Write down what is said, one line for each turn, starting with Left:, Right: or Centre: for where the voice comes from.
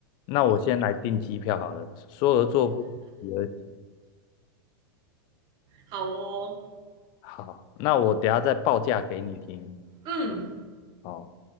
Left: 那我先来订机票好了。说而做不及而行
Right: 好哦，
Left: 好，那我等下再报价给你听。
Right: 嗯，
Left: 好。